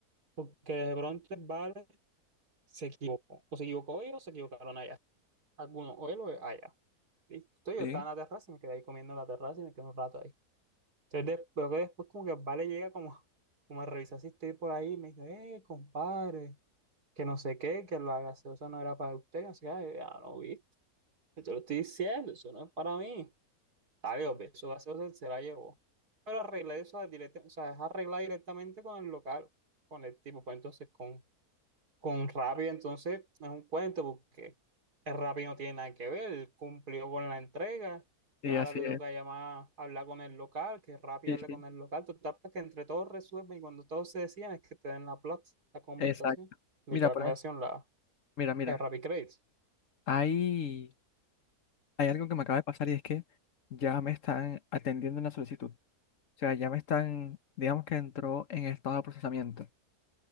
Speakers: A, on the right; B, on the left.
A: porque de pronto el vale se equivocó. O se equivocó ellos o se equivocaron allá. Algunos, o él o allá. Listo. Entonces
B: sí,
A: yo estaba en la terraza y me quedé ahí comiendo en la terraza y me quedé un rato ahí. Entonces des- veo que después como que vale llega como, como a revisar si estoy por ahí y me dice, eh, compadre, que no sé qué, que la gaseosa no era para usted, que no sé qué, ya no viste, yo te lo estoy diciendo, eso no es para mí. Está bien, obvio, su gaseosa se la llevó. Pero arreglé eso, directa- o sea, es arreglar directamente con el local, con el tipo, pues entonces con, con Rappi entonces es un cuento porque el Rappi no tiene nada que ver, él cumplió con la entrega,
B: sí,
A: entonces
B: así
A: ahora te toca
B: es,
A: llamar, hablar con el local, que Rappi
B: sí,
A: hable
B: sí,
A: con el local, total para que entre todos resuelven y cuando todos se decían es que te den la plata, la conversación,
B: exacto.
A: literal
B: Mira, por
A: la conversación,
B: ejemplo,
A: la,
B: mira, mira,
A: el Rappi Credits.
B: hay, hay algo que me acaba de pasar y es que ya me están atendiendo una solicitud. O sea, ya me están, digamos que entró en estado de procesamiento.